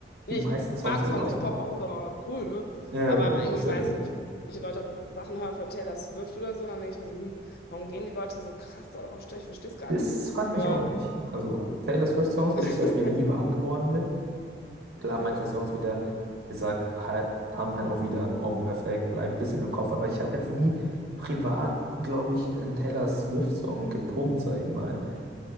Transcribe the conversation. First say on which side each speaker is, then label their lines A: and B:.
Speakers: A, on the left; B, on the right.
A: nee,
B: die meisten
A: ich
B: Songs,
A: mag
B: die
A: so
B: laufen.
A: an sich Pop auch, so, ist cool, ne?
B: Ja,
A: Aber
B: ja, genau,
A: irgendwie
B: same.
A: weiß ich nicht. Manche Leute Sachen hören von Taylor Swift oder so, dann denke ich mir so, hm, warum gehen die Leute so krass darauf steil? Ich verstehe es gar
B: Das
A: nicht.
B: frage ich
A: Aber
B: mich auch nicht. Also Taylor Swift-Songs
A: <laughs>
B: bin ich zum Beispiel nie warm geworden mit. klar,
A: Ja,
B: manche Songs wieder gesagt halt, haben halt auch wieder einen Ohrwurm-Effekt, bleiben ein bisschen im Kopf, aber ich habe jetzt nie privat, glaube ich, einen Taylor Swift-Song gepumpt, sag ich mal.